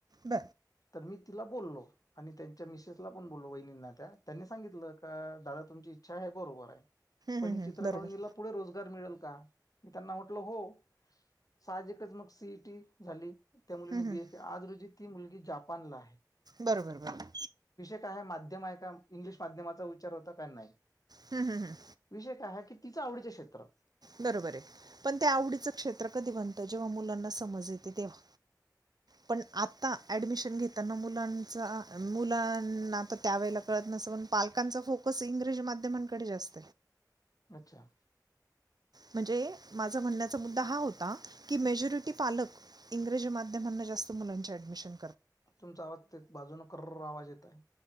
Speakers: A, on the right; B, on the left.
A: ब
B: तर मी तिला बोललो आणि त्यांच्या मिसेसला पण बोललो वहिनींना त्या त्यांनी सांगितलं का दादा तुमची इच्छा आहे बरोबर आहे पण
A: हं,
B: ही
A: हं.
B: चित्र
A: बरोबर
B: काढून हिला पुढ रोजगार मिळेल का मी त्यांना म्हटल हो साजिकच मग सीटी झाली त्या मुलीनी
A: हं,
B: बीएफ
A: हं.
B: आहे आज रोजी ती मुलगी जापानला
A: बरोबर बरोबर
B: का माध्यम आहे का इंग्लिश माध्यमाचा विचार होता का नाही
A: हं, हं, हं.
B: विषय काय की तिचं आवडीचं क्षेत्र
A: बरोबर आहे पण त्या आवडीचं क्षेत्र कधी बनतं जेव्हा मुलांना समज येते तेव्हा पण आता ऍडमिशन घेताना मुलांचा मुलांना तर त्यावेळेला कळ पालकांचा फोकस इंग्रज माध्यमकडे जास्त
B: अच्छा
A: म्हणजे माझा म्हणण्याचा मुद्दा हा होता की मेजरिटी पालक इंग्रजी माध्यमांना जास्त मुलांचे ऍडमिशन
B: तुमचा आवाज ते बाजूने क आवाज येत आहे